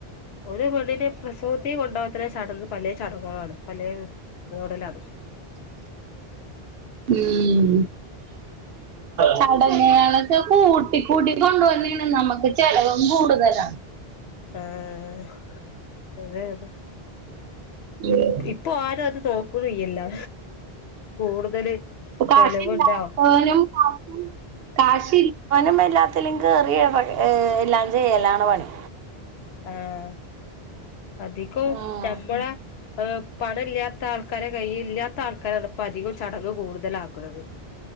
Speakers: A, on the left; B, on the right.
A: ഒരു പെണ്ണിന്റെ പ്രസവത്തി കൊണ്ടാവാ ത്രേ ചാടങ്ങ് പലേ ചാടങ്ങുകളാണ് പലേ മോഡലാണ്
B: <unintelligible> ഉം ചടങ്ങളൊക്കെ കൂട്ടി കൂട്ടി കൊണ്ടുവന്നാണ് നമ്മുക്ക് ചടങ്ങും കൂടുതല
A: ആഹ് അതെ അതെ
B: ഉം
A: ഇപ്പൊ ആരും അത് നോക്കണില്ലല്ലോ കൂടുതല്
B: പ്പ കാശില്ലത്താനും
A: ചെലവുണ്ടാവും
B: കാ കാശി ഇല്ലാനും എല്ലാത്തിലും കേറിയാണ് ഏ എല്ലാം ചെയ്യലാണ് പണി
A: ആഹ് അധികം ഉക്കമ്പള
B: ഉം.
A: ഹ് പണ ഇല്ലാത്ത ആൾക്കാരെ കയ് ഇല്ലാത്ത ആൾക്കാരാണ് ഇപ്പ അധികം ചടങ്ങ് കൂടുതലാക്കണത്